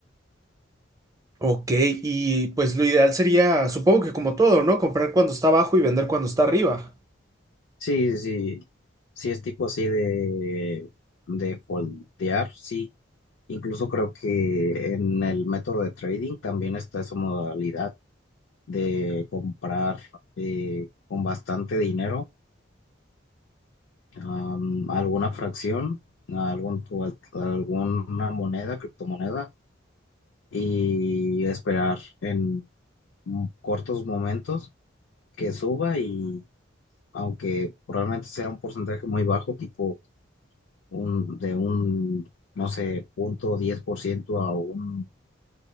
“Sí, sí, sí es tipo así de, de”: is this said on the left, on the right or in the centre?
Left